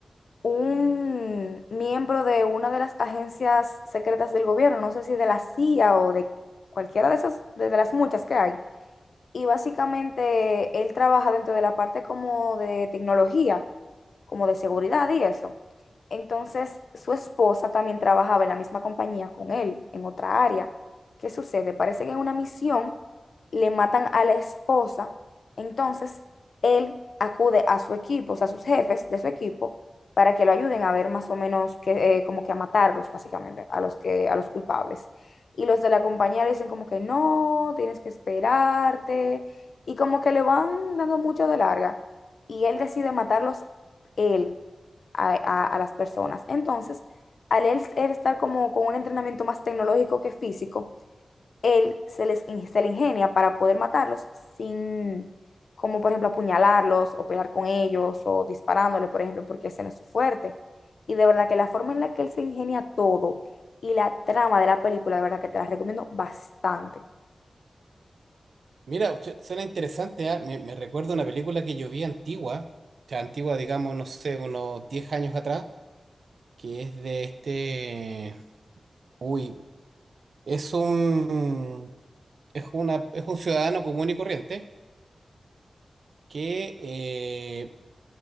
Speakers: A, on the left (about 70°); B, on the right (about 75°).
A: un miembro de una de las agencias secretas del gobierno, no sé si de la CIA o de cualquiera de esas, de de las muchas que hay. Y básicamente él trabaja dentro de la parte como de tecnología como de seguridad y eso. Entonces, su esposa también trabajaba en la misma compañía con él, en otra área. ¿Qué sucede? Parece que en una misión le matan a la esposa, entonces él acude a su equipo, o sea, a sus jefes de su equipo, para que lo ayuden a ver más o menos que, eh, como que a matarlos, básicamente, a los, que, a los culpables. Y los de la compañía le dicen como que no, tienes que esperarte, y como que le van dando mucho de larga. Y él decide matarlos él a, a- a las personas. Entonces, al él, él estar como con un entrenamiento más tecnológico que físico, él se les se le ingenia para poder matarlos sin, como por ejemplo apuñalarlos o pelear con ellos o disparándole, por ejemplo, porque ese no es su fuerte. Y de verdad que la forma en la que él se ingenia todo y la trama de la película, de verdad que te la recomiendo bastante.
B: Mira, su- suena interesante, ¿ah? Me, me recuerda una película que yo vi antigua, o sea, antigua, digamos, no sé, unos 10 años atrás, que es de este... Uy, es un... es una, es un ciudadano común y corriente que eh,